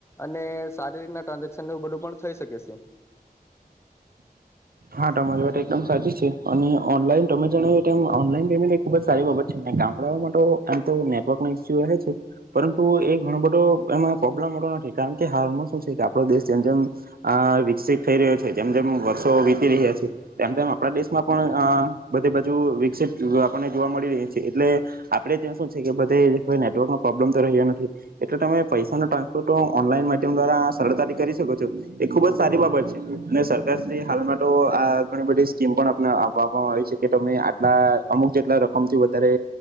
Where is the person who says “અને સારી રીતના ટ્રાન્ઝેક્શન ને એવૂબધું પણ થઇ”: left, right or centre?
Left